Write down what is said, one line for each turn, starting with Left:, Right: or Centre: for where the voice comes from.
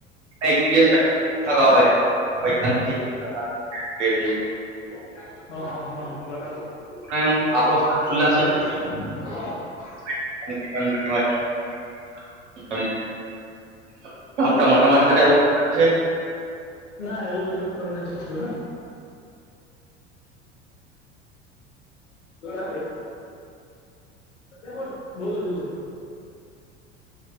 Right: મેં એક ભી દિવસ કઈ <unintelligible>
Left: હા હા
Right: પછી સમજી <unintelligible>
Left: હા હા હા
Right: એમ આપણો હાથ
Left: હ
Right: ઉલ્લાસ હોય
Left: બરાબર.
Right: <inaudible> તમારી સાથે આવું થયું છે
Left: ના એવું બધું તો કોઈ નથી. કે હન બોલો બીજું. <inaudible>